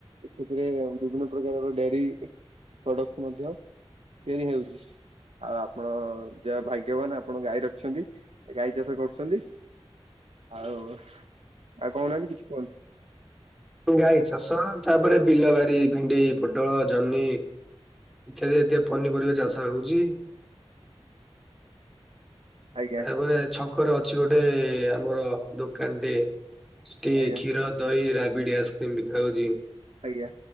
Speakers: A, on the right; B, in the centre.
A: ସେଥିରେ ବିଭିନ୍ନ ପ୍ରକାରର ଡେରି ପ୍ରଡକ୍ଟ ମଧ୍ୟ ତିଆରି ହେଉଚି। ଆଉ ଆପଣ ଯାହଉ ଭାଗ୍ୟବାନ୍ ଆପଣ ଗାଈ ରଖିଚନ୍ତି, ଗାଈ ଚାଷ କରୁଚନ୍ତି। ଆଉ-ଆଉ କହୁନାହାନ୍ତି
B: ହୁଁ।
A: କିଛି କହନ୍ତୁ।
B: ଗାଈ ଚାଷ ତାପରେ ବିଲ ବାରି ଭେଣ୍ଡି, ପୋଟଳ, ଜହ୍ନି <unintelligible> ପନିପରିବା ଚାଷ ହଉଚି।
A: ଆଜ୍ଞା
B: ତାପରେ
A: ଆଜ୍ଞା
B: ଛ ପାଖରେ ଅଛି ଗୋଟେ ଆମର ଦୋକାନଟେ ସେଠି
A: ଆଜ୍ଞା
B: କ୍ଷୀର, ଦହି, ରା ବିଡି ଆଇସ୍କ୍ରିମ ବିକା ହଉଚି।
A: ଆଜ୍ଞା।